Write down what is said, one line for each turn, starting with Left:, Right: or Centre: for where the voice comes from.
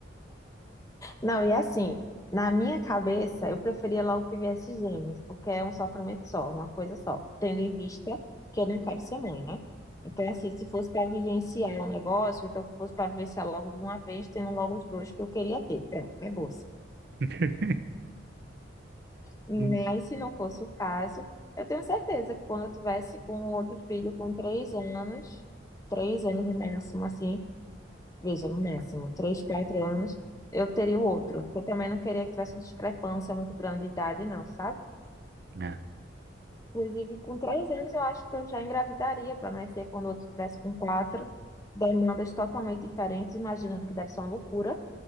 Left: Não, e assim, na minha cabeça, eu preferia logo que viesse gêmeos, porque é um sofrimento só, uma coisa só, tendo em vista que eu não quero ser mãe, né? Então, assim, se fosse para vivenciar um negócio, então que fosse para vivenciar logo de uma vez, tendo logo os dois que eu queria ter. Pronto, acabou-se.
Right: <laughs>
Left: Mas
Right: Hum.
Left: se não fosse o caso, eu tenho certeza que quando eu tivesse com outro filho com três anos, três anos no máximo, assim, veja, no máximo, três, quatro anos, eu teria o outro. Porque eu também não queria que tivesse uma discrepância muito grande de idade, não, sabe?
Right: É,
Left: Inclusive, com três anos, eu acho que eu já engravidaria para nascer quando o outro tivesse com quatro. Demandas totalmente diferentes, imagino que deve ser uma loucura,